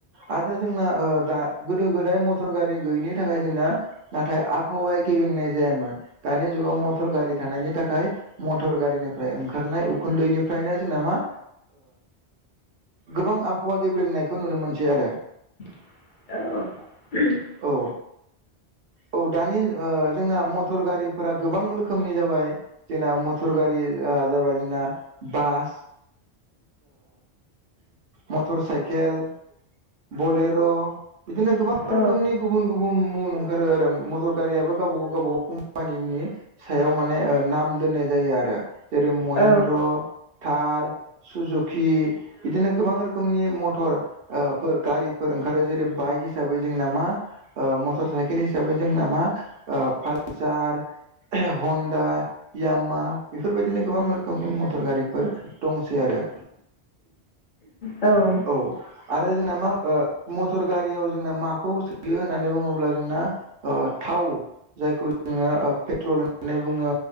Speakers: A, on the right; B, on the left.
A: आरो जोंना दा गोदो गोदाय मटर गारि गैयिनि थाखाय जोंना नाथाय आबहावाया गिबिंनाय जायामोन दानि जुगाव मटर गारि थानायनि थाखाय मटर गारिनिफ्राय ओंखारनाय उखुन्दैनिफ्रायनो जोंना मा गोबां आबहावा गेब्रेंनायखौ नुनो मोनसै आरो
B: औ
A: औ औ दानि जोंना मटर गारिफोरा गोबां रोखोमनि जाब जाबाय जोंना मटर गारि जाबाय जोंना बास मटर साइकेल बलेर' बिदिनो गोबां
B: औ
A: रोखोमनि गुबुन गुबुन गुबुं ओंखारो आरो मटर गारियाब गावब गाव गावब गाव कम्पानिनि सायाव म नाम दोननाय जायो आरो जेरै महिन्द्र
B: औ
A: थार सुजुकि बिदिनो गोबां रोखोमनि मथर फोर गारिफोर ओंखारो जेरै बाइक हिसाबै जोंना मा मटर साइकेल हिसाबै जोंना मा पालसार ह आ यामा बेफोरबायदिनो गोबां रोखोमनि मटर गारिफोर दंसै आरो
B: औ
A: औ आरो जोंना मा मथर गारियाव जोंना माखौ सोयो होननानै बुङोब्ला जोंना थाव जायखौ जोङो पेट्रल होननानै बुङो